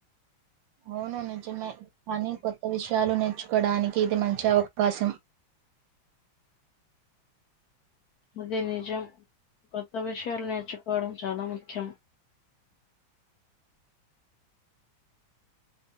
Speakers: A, on the right (about 75°); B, on the left (about 70°).
A: అవును నిజమే కానీ కొత్త విషయాలు నేర్చుకోడానికి ఇది మంచి అవకాశం
B: ఇది నిజం కొత్త విషయాలు నేర్చుకోవడం చాలా ముఖ్యం